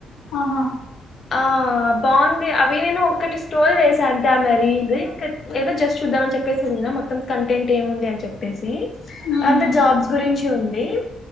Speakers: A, on the left; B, on the left.
A: ఆహా
B: ఆ బాగుంది అవి నేను ఒక్కటి స్టోరీ జేసా అంతే ఆమె రీల్ ఇంక ఏదో జస్ట్ చూద్దామని చెప్పేసి యిన మొత్తం కంటెంట్ ఏముంది అని చెప్పేసి
A: ఉమ్,
B: అదంత
A: ఉమ్,
B: జాబ్స్ గురించి ఉంది